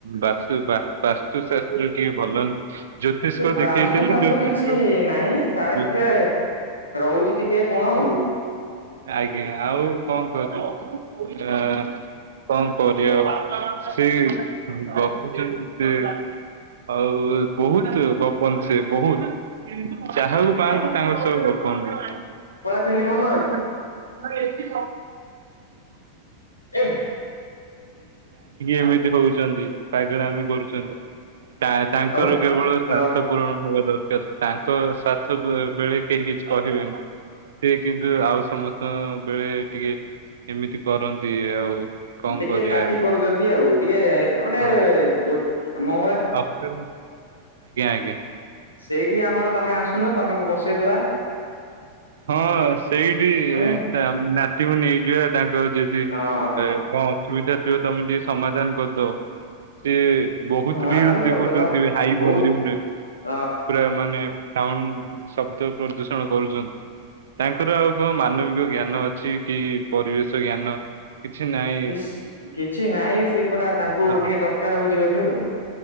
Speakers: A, on the right; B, on the left.
A: ବାସ୍ତୁ ବା ବାସ୍ତୁଶାସ୍ତ୍ର ଟିକେ ଭଲ ଜ୍ୟୋତିଷ
B: ସେ ବାସ୍ତୁ
A: ଦେଖେଇଥିଲି
B: ଫାସ୍ତୁ
A: ଜ୍ୟୋତିଷ
B: କିଛି ନାଇଁ ତାର
A: ଜ୍ୟୋ-
B: ଟିକେ ରହୁଛି ଟିକେ କଣ ଆଉ।
A: ଆଜ୍ଞା ଆଉ କଣ କୁହନ୍ତୁ। ଆ କଣ କରିବା ଆଉ ସିଏ ଗପୁଛନ୍ତି ସେ ଆଉ ବହୁତ ଗପନ୍ତି ସିଏ ବହୁତ ଯାହାକୁ ପାଆନ୍ତି
B: ଆ
A: ତାଙ୍କ ସହ ଗପନ୍ତି।
B: ସେିଲମାମାନ
A: <inaudible> ସେ ଜାଣିକି
B: ଏ
A: ଏମିତି ହଉଛନ୍ତି ପାଗଳାମୀ କରୁଛନ୍ତି। ତା ତାଙ୍କର
B: ତମ
A: କେବଳ ସ୍ୱାର୍ଥ
B: ଓହୋ
A: ପୂରଣ ହବା ଦରକାର ତାଙ୍କ ସ୍ୱାର୍ଥ ବ ବେଳେ କେହି କିଛି କହିବେନି। ସେ କିନ୍ତୁ ଆଉ ସମ ସମସ୍ତଙ୍କ ବେଳେ ଟିକେ ଏମିତି କରନ୍ତି ଆଉ। କଣ
B: ଟିକେ
A: କରିବା
B: ପାର୍ଟି କରୁଛନ୍ତି ଆଉ ଟିକେ ଗୋଟେ
A: ହଁ
B: ଯୋଉ ମ
A: ଆଜ୍ଞା ଆଜ୍ଞା।
B: ସେଇଠି ଆମର ତମେ ଆସୁନ ତମକୁ ବସେଇଦବା।
A: ହଁ, ସେଇଠି
B: ହଁ
A: ନାତିକୁ ନେଇଯିବା ତାଙ୍କ ଯଦି
B: ହଁ
A: କଣ ଅସୁବିଧା ଥିବ ତମେ ଟିକେ ସମାଧାନ କରିଦବ। ସିଏ ବହୁତ
B: ସମାଧାନ
A: ରିଲସ୍ ଦେଖୁଛନ୍ତି
B: କରିଦବା
A: ହାଇ
B: ବହୁତ
A: ଭଲ୍ୟୁମରେ।
B: ଅ
A: ପୁରା ମାନେ ସାଉଣ୍ଡ ଶବ୍ଦ ପ୍ରଦୂଷଣ କରୁଛନ୍ତି। ତାଙ୍କର ଆଉ କଣ ମାନବିକ ଜ୍ଞାନ ଅଛି କି ପରିବେଶ ଜ୍ଞାନ। କିଛି ନାଇଁ।
B: ବେଶ୍ କିଛି ନାହିଁ ସେ ପୁରା ତାଙ୍କୁ
A: ହଁ
B: ଟିକେ ଦରକାର ହଉଛି ବୋଧେ ଆଉ।